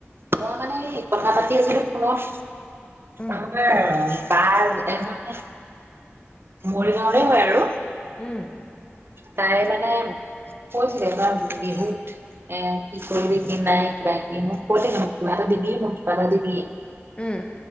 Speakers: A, on the right; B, on the left.
A: মই মানে এই কথা পাতি আছিলো ফোনত
B: উম
A: আমাৰ বা এজনী মৰিগাঁওৰে হয় আৰু
B: উম
A: তাই মানে মোক কৈছিল এবাৰ বিহুত এ কি কৰিবি কি নাই কিবা কিবি মোক কৈ থাকে এটা দিবি মোক কিবা এটা দিবি
B: উম